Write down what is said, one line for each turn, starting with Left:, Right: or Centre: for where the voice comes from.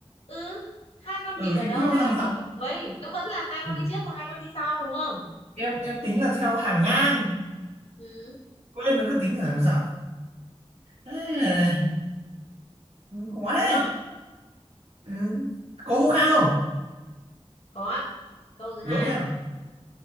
Left: ừ hai con
Right: ờ
Left: vịt ở
Right: thì
Left: đâu
Right: theo
Left: hai
Right: hàng
Left: con
Right: dọc
Left: vịt ở cuối nó vẫn là hai con
Right: ừ.
Left: đi trước và hai con đi sau đúng không
Right: em em tính là theo hàng ngang
Left: ừ
Right: quên nó cứ tính là hàng dọc Ê, khó thế
Left: đúng không
Right: ừ. có câu khác không
Left: có ạ. câu thứ hai
Right: đố thêm